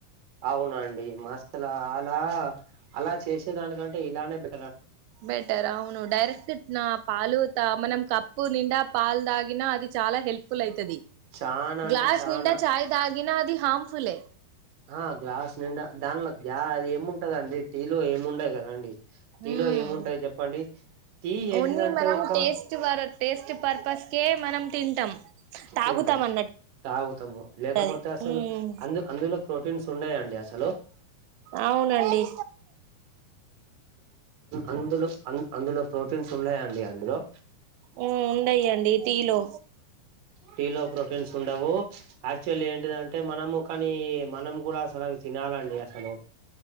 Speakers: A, on the right; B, on the right.
A: అవునండి మాసలు అలా అలా చేసేదానికంటే ఇలానే బి
B: బెటర్ అవును డైరక్ట్ నా పాలు మనం కప్పు నిండా పాలు తాగిన అది చాలా హెల్ప్ఫుల్ అవుతుది
A: చానా అంటే
B: గ్లాస్
A: చానా
B: నిండా చాయ్ దాగిన అది హార్మ్ఫుల్ ఎ
A: ఆ గ్లాస్ నిండా దాంట్లో గ్యా ఏముంటదండి టీలు ఏమిండదు కదండి. టీలో
B: హ్మ్
A: ఏముంటాయి చెప్పండి. టీ ఏంటిదంటే
B: ఓన్లీ మనం
A: ఒక
B: టేస్ట్ వ టేస్ట్ పర్పస్కే మనం తింటాం. తాగుతాం
A: తింటాం
B: అన్నట్టు
A: తాగుతాము లేకపోతే
B: అది
A: అసలు
B: ఉమ్
A: అందు అందులో ప్రోటీన్స్. ఉండయండి అసలు
B: అవునండి
A: అందులో అందులో ప్రోటీన్స్ ఉన్నాయండి అందులో.
B: ఆ ఉండయండి టీలో
A: టీ లో ప్రోటీన్స్ ఉండవు యాక్చువల్ ఏంటిదంటే మనము కానీ మనం కూడా అసలు తిన <inaudible> అసలు